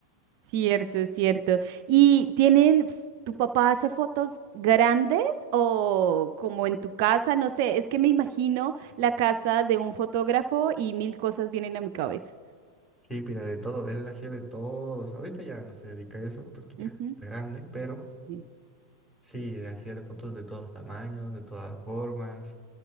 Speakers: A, on the right; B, in the centre.
A: Cierto, cierto. ¿Y tienen, f- tu papá hace fotos grandes o como en tu casa? No sé, es que me imagino la casa de un fotógrafo y mil cosas vienen a mi cabeza.
B: Sí, mira, de todo, él hacía de todos. Ahorita ya no se dedica a eso porque ya
A: Ujú,
B: está grande, pero
A: sí,
B: sí, le hacía fotos de todos tamaños, de todas formas.